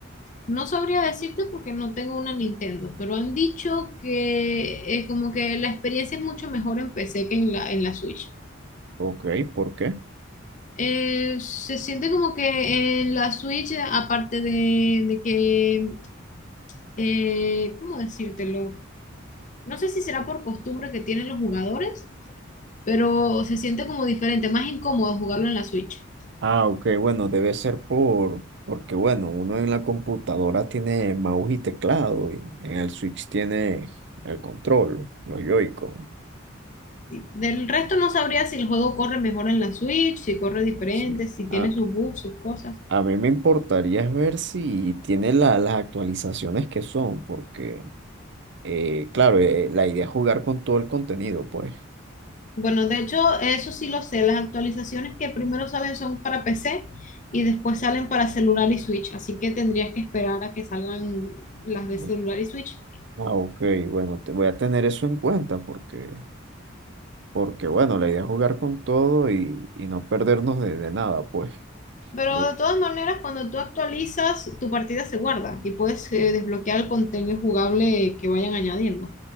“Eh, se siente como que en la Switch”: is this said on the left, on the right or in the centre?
Left